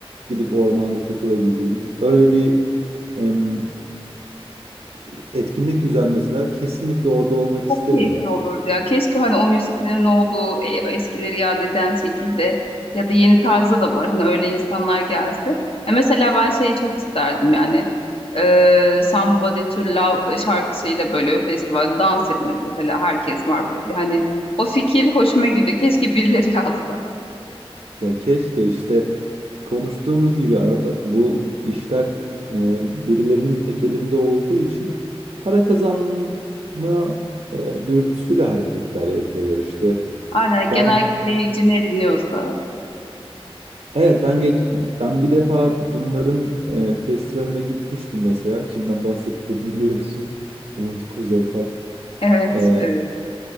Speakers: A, on the right; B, on the left.
A: gidip ormanda takılabildiğin öyle bir em, şey, etkinlik düzenleseler kesinlikle orada olmak
B: Çok
A: isterim
B: keyifli
A: ya.
B: olurdu ya. Keşke hani o müziklerin olduğu e, eskileri yad eden şekilde ya da yeni tarzda da var. Hani öyle insanlar gelse. E mesela ben şeyi çok isterdim yani. E, Somebody to Love şarkısıyla böyle festivalde dans etmek mesela herkes var böyle. Hani o fikir hoşuma gidiyor. Keşke birileri yazsa.
A: Ya keşke işte konuştuğumuz gibi a- a- bu işler e, birilerinin tek elinde olduğu için para kazanma e, dürtüsüyle hareketler yapıyorlar işte.
B: Aynen
A: Ben
B: genel kitleyici ne dinliyorsa.
A: evet ben geç ben bir defa bunların e, festivaline gitmiştim mesela. Kimden bahsettiğimi <laughs> biliyorsun. Umut Kuzey falan.
B: Evet,
A: E,
B: evet.